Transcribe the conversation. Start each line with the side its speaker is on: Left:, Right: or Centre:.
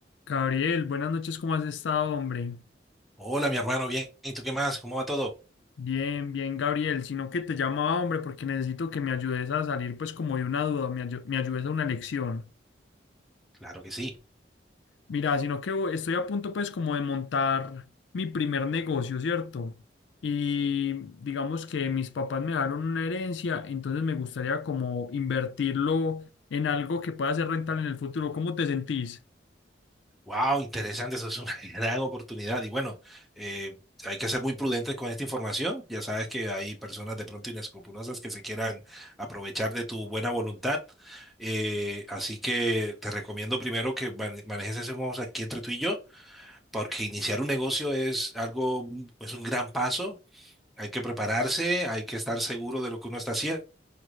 Left: Gabriel, buenas noches, ¿cómo has estado, hombre?
Centre: Hola, mi hermano, bien. ¿Y tú qué más? ¿Cómo va todo?
Left: Bien, bien, Gabriel, sino que te llamaba, hombre, porque necesito que me ayudes a salir pues como de una duda, me, ayu- me ayudes a una lección.
Centre: Claro que sí.
Left: Mira, sino que voy- estoy a punto pues como de montar mi primer negocio, ¿cierto? Y digamos que mis papás me dieron una herencia, entonces me gustaría como invertirlo en algo que pueda ser rentable en el futuro. ¿Cómo te sentís?
Centre: Wow, interesante. Eso es una <laughs> gran oportunidad. Y bueno, eh, hay que ser muy prudentes con esta información. Ya sabes que hay personas de pronto inescrupulosas que se quieran aprovechar de tu buena voluntad. Eh, así que te recomiendo primero que mane- manejes ese modo aquí entre tú y yo, porque iniciar un negocio es algo, mm, es un gran paso. Hay que prepararse, hay que estar seguro de lo que uno está haciendo